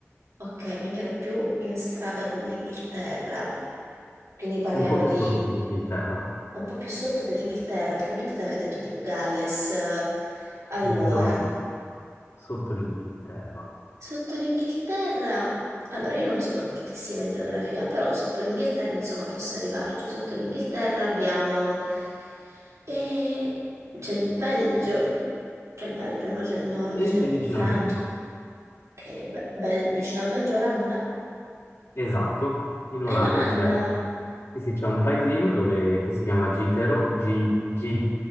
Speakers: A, on the right; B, on the left.
A: Ok, quindi ero più in strada con l'Inghilterra, quindi parliamo
B: Un po' più
A: di
B: sotto dell'Inghilterra.
A: un po' più sotto dell'Inghilterra, altrimenti ti avrei detto tipo Galles. Allora,
B: No, no, no. Sotto l'Inghilterra.
A: sotto l'Inghilterra, allora io non sono fortissima in geografia, però sotto l'Inghilterra insomma posso arrivarci. Sotto l'Inghilterra abbiamo... E c'è il Belgio, c'è il Belgio, no? C'è il nord,
B: E
A: c'è
B: sei vicino
A: Francia,
B: al Belgio.
A: che è be- bel- vicino al Belgio, Olanda.
B: Esatto. In
A: Ah,
B: Olanda
A: in Olanda?
B: c'è un, sì, sì, c'è un paesino dove, che si chiama Gitero, G, G,